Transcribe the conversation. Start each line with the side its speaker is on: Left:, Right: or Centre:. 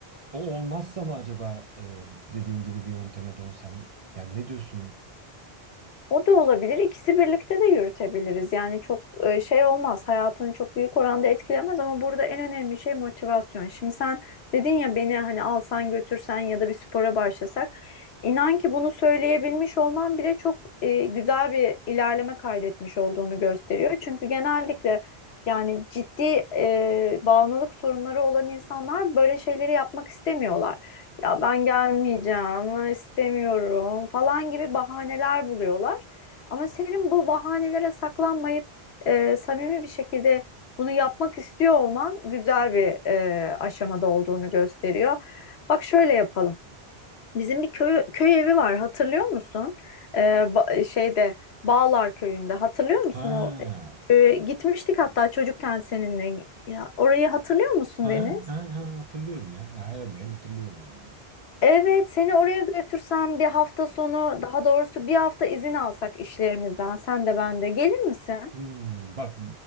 Right: O olmazsa mı acaba e, dediğin gibi bir yönteme dönsem? Yani ne diyorsun?
Left: O da olabilir. İkisi birlikte de yürütebiliriz. Yani çok e, şey olmaz. Hayatını çok büyük oranda etkilemez ama burada en önemli şey motivasyon. Şimdi sen dedin ya beni hani alsan götürsen ya da bir spora başlasak. İnan ki bunu söyleyebilmiş olman bile çok e, güzel bir ilerleme kaydetmiş olduğunu gösteriyor. Çünkü genellikle yani ciddi e, bağımlılık sorunları olan insanlar böyle şeyleri yapmak istemiyorlar. Ya ben gelmeyeceğim, istemiyorum falan gibi bahaneler buluyorlar. Ama senin bu bahanelere saklanmayıp e, samimi bir şekilde bunu yapmak istiyor olman güzel bir e, aşamada olduğunu gösteriyor. Bak şöyle yapalım. Bizim bir köy, köy evi var hatırlıyor musun? E, ba- şeyde Bağlar Köyü'nde hatırlıyor musun
Right: Ha,
Left: o e, gitmiştik hatta çocukken seninle. Ya, orayı hatırlıyor musun
Right: ha,
Left: Deniz?
Right: ha, ha, ha, hatırlıyorum ya. Ya, Hayal meyal hatırlıyorum yani.
Left: Evet, seni oraya götürsem bir hafta sonu, daha doğrusu bir hafta izin alsak işlerimizden, sen de ben de gelir misin?
Right: Hmm, bak